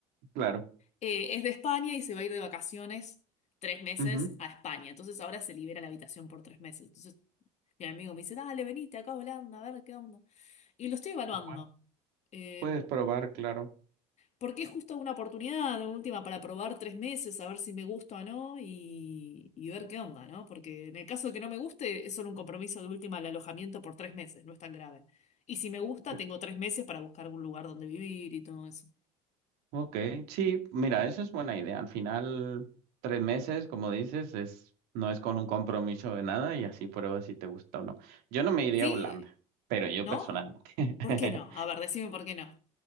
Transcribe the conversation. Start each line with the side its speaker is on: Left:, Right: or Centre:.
Right: claro.
Left: eh, es de España y se va a ir de vacaciones tres meses
Right: Ujú.
Left: a España. Entonces ahora se libera la habitación por tres meses. Entonces mi amigo me dice, dale, venite acá a Holanda, a ver qué onda. Y lo estoy evaluando.
Right: Bueno,
Left: Eh,
Right: puedes probar, claro.
Left: porque es justo una oportunidad, de última, para probar tres meses, a ver si me gusta o no y, y ver qué onda, ¿no? Porque en el caso de que no me guste, es solo un compromiso de última al alojamiento por tres meses, no es tan grave. Y si me gusta,
Right: Ok,
Left: tengo tres meses para buscar algún lugar donde vivir y todo eso.
Right: Ok, sí, mira, eso es buena idea. Al final, tres meses, como dices, es, no es con un compromiso de nada y así pruebas si te gusta o no. Yo no me iría
Left: ¿Sí?
Right: a Holanda, pero yo
Left: ¿No?
Right: personalmente. <laughs>
Left: ¿Por qué no? A ver, decime por qué no.